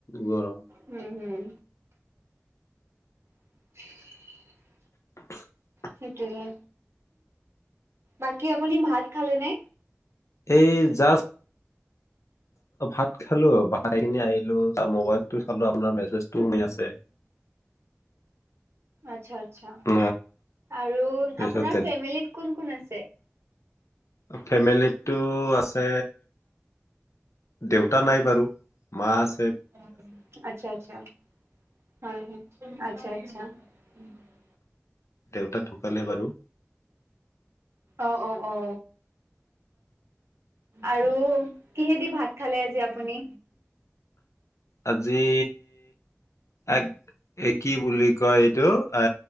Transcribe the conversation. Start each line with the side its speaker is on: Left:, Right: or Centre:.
Left: গৰম
Right: হম হম <unintelligible>
Left: <unintelligible>
Right: সেইটোোৱে বাকী আপুনি ভাত খালে নে
Left: এই যা ভাত খালো বাই কিনি আহিলো তাৰ মবাইলত চালো আপোনাৰ মেছেজটো শুনি আছে
Right: আচ্ছা!
Left: অ
Right: আৰু
Left: তাৰপিছতে
Right: আপোনাৰ ফেমিলত কোন কোন আছে?
Left: ফেমিলীটো আছে দেউতা নাই বাৰু মাছ
Right: <unintelligible> আচ্ছা আচ্ছা হৈ হৈ আচ্ছা আচ্ছা! উম! <unintelligible>
Left: দেউতা ঢুকালে বাৰু
Right: অ অ অ! আৰু কিহেদি ভাত খালে আজি আপুনি।
Left: আজি এক এক কি বুলি কয় এইটো অ